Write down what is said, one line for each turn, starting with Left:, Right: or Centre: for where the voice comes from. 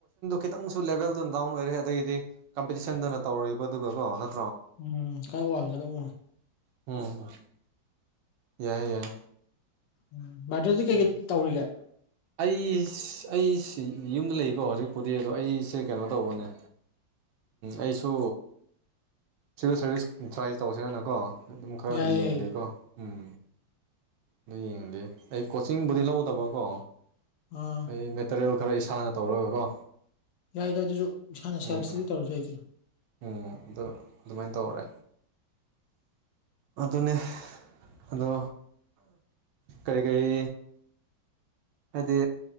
Right: ꯈꯤꯇꯪꯁꯨ ꯂꯦꯚꯦꯜꯗꯨꯅ ꯗꯥꯎꯟ ꯑꯣꯏꯔꯦ ꯑꯗꯒꯤꯗꯤ ꯀꯝꯄꯤꯇꯤꯁꯟꯗꯨꯅ ꯇꯧꯔꯕꯗꯨꯒꯀꯣ
Left: ꯎꯝ ꯀꯔ ꯋꯥꯡꯒꯦꯗ ꯋꯥꯉ
Right: ꯎꯝ ꯌꯥꯏ ꯌꯥꯏ
Left: ꯎꯝ ꯚꯏꯇꯔꯗꯤ ꯀꯩ
Right: ꯎꯝ
Left: ꯀꯩ ꯇꯧꯔꯤꯒꯦ
Right: ꯑꯩ ꯑꯩ ꯌꯨꯝꯗ ꯂꯩꯀꯣ ꯍꯧꯖꯤꯛꯄꯨꯗꯤ ꯑꯗꯣ ꯑꯩꯁꯦ ꯀꯩꯅꯣ ꯇꯧꯕꯅꯦ ꯑꯩꯁꯨ ꯁꯤꯚꯤꯜ ꯁꯥꯔꯚꯤꯁ ꯇ꯭ꯔꯥꯏ ꯇꯧꯁꯤꯔꯥꯅꯀꯣ ꯑꯗꯨꯝ ꯈꯔ
Left: ꯌꯥꯏ
Right: ꯌꯦꯡꯦꯀꯣ
Left: ꯌꯥꯏ
Right: ꯎꯝ ꯑꯗꯨ ꯌꯦꯡꯗꯤ ꯑꯩ ꯀꯣꯆꯤꯡꯕꯨꯗꯤ ꯂꯧꯗꯕꯀꯣ
Left: ꯑꯥ
Right: ꯑꯩ ꯃꯦꯇꯔꯤꯌꯦꯜ ꯈꯔ ꯏꯁꯥꯅ ꯇꯧꯔꯒꯀꯣ
Left: ꯌꯥꯏ ꯌꯥꯏ ꯑꯗꯨꯁꯨ ꯏꯁꯥꯅ ꯁꯦꯜꯞ
Right: ꯎꯝ
Left: ꯏꯁꯇꯗꯤ ꯇꯧꯔꯁꯨ ꯑꯩ ꯀꯩꯅꯣ
Right: ꯎꯝ ꯑ ꯑꯗꯨꯃꯥꯏꯅ ꯇꯧꯔꯦ
Left: <inaudible>
Right: ꯑꯗꯨꯅꯦ ꯑꯗꯣ ꯀꯔꯤ ꯀꯔꯤ ꯍꯥꯏꯗꯤ